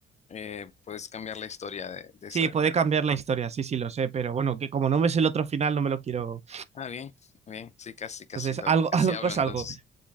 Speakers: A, on the left (about 35°); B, on the right (about 35°).
A: eh, puedes cambiar la historia de, de
B: Sí,
A: esa de
B: puede
A: Trevor.
B: cambiar la historia, sí, sí, lo sé, pero bueno, que como no ves el otro final, no me lo quiero.
A: Ah, bien, bien, sí, casi, casi
B: Entonces,
A: lo,
B: algo,
A: casi
B: <laughs> algo
A: hablo
B: es
A: entonces.
B: algo.